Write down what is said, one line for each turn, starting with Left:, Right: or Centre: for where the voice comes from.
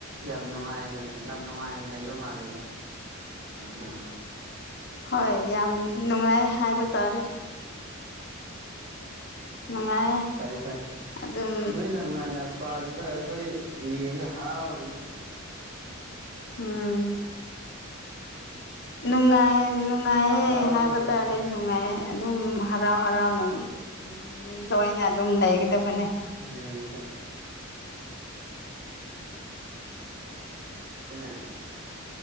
Right: ꯌꯥꯝ ꯅꯨꯡꯉꯥꯏꯅ ꯌꯥꯝ ꯅꯨꯡꯉꯥꯏꯅ ꯂꯩꯕ ꯃꯥꯜꯂꯦꯀꯣ ꯅꯪ
Left: ꯍꯣꯏ ꯌꯥꯝ ꯅꯨꯡꯉꯥꯏ ꯍꯥꯏꯕ ꯇꯥꯔꯦ ꯅꯨꯡꯉꯥꯏ
Right: ꯐꯩꯌꯦ ꯐꯩ
Left: ꯑꯗꯨꯝ
Right: ꯅꯣꯏꯅ ꯅꯨꯡꯉꯥꯏꯅ ꯄꯥꯜꯂꯤ ꯗꯣ ꯑꯩꯈꯣꯏ ꯌꯦꯡꯉ ꯍꯔꯥꯎꯔꯤꯅꯤ
Left: ꯎꯝ ꯅꯨꯡꯉꯥꯏ ꯅꯨꯡꯉꯥꯏꯌꯦ
Right: ꯍꯔꯥꯎꯔꯒ
Left: ꯍꯥꯏꯕ
Right: ꯂꯩꯔꯕꯅꯤ
Left: ꯇꯥꯔꯦ ꯅꯨꯡꯉꯥꯏꯌꯦ ꯑꯗꯨꯝ ꯍꯔꯥꯎ ꯍꯔꯥꯎꯅ ꯃꯤ ꯂꯣꯏꯅ ꯑꯗꯨꯝ ꯂꯩꯒꯗꯕꯅꯦ
Right: ꯎꯝ <unintelligible>